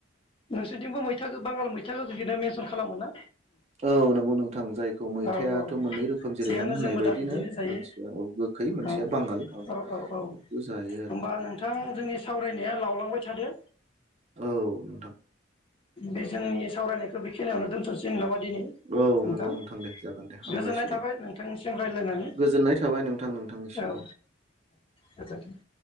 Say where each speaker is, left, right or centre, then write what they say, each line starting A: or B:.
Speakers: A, on the left; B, on the right.
A: नोंसोरथिंबो मैथाखौ बांगाल मैथा गोखैनो मेनसन खालामोन ना?
B: औ नंगौ नोंथां जायखौ मैथायाथ
A: औ औ
B: मोननै रोखोम जेरै
A: थिगानो
B: नों होननाय
A: जोंबो
B: बायदिनो
A: दा बिदिनो जायो
B: मोनसेया गोखै मोनसेया
A: औ
B: बांगाल बेखौबो
A: औ औ औ
B: जायो आरो।
A: होमबा नोंथां जोंनि सावरायनाया लावलांबाय थादो
B: औ नोंथां।
A: बे जोंनि सावरायनायखौ बेखिनियावनो दोनथ'सै नामा? दिनै
B: औ
A: नोंथां
B: नंगौ दे जागोन दे हामबायसै
A: गोजोननाय
B: दे
A: थाबाय नोंथांनिसिम रायज्लायनानै औ
B: गोजोननाय थाबाय नोंथां नोंथांनिसिमबो।
A: औ गोजोनथों।